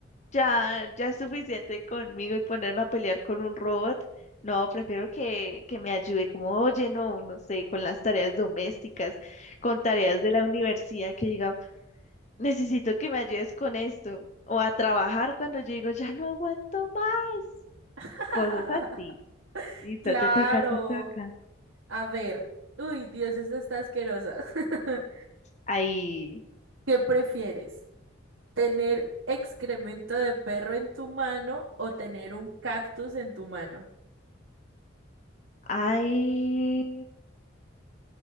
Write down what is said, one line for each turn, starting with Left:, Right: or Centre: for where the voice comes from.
Left: ya, ya es suficiente conmigo y ponerme a pelear con un robot. No, prefiero que, que me ayude como, oye, no, no sé, con las tareas domésticas, con tareas de la universidad, que diga, necesito que me ayudes con esto. O a trabajar cuando yo digo, ya no aguanto más.
Right: <laughs>
Left: Cosas así. Listo,
Right: Claro.
Left: te toca, te toca.
Right: A ver. Uy, Dios, esta está asquerosa. <laughs>
Left: Ahí.
Right: ¿Qué prefieres? ¿Tener excremento de perro en tu mano o tener un cactus en tu mano?
Left: Ay,